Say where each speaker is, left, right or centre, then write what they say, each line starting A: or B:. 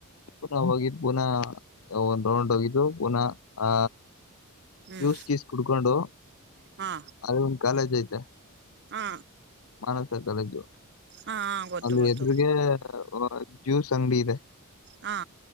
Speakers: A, on the left; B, on the right.
A: ಪುನಃ ಹೋಗಿ ಪುನಃ ಒಂದ್ ರೌಂಡ್ ಹೋಗಿದ್ದು ಪುನಃ ಆ
B: ಹ್ಮ್
A: ಜ್ಯೂಸ್ ಗೀಸ್ ಕುಡ್ಕೊಂಡು
B: ಹಾ
A: ಅಲ್ ಒಂದ್ ಕಾಲೇಜ್ ಐತೆ
B: ಹಾ
A: ಮಾನಸ ಕಾಲೇಜು
B: ಹಾ ಗೊತ್ತು
A: ಅದ್ರ್
B: ಗೊತ್ತು
A: ಎದ್ರ್ಗೆ ಒ ಜ್ಯೂಸ್ ಅಂಗಡಿ ಇದೆ
B: ಹಾ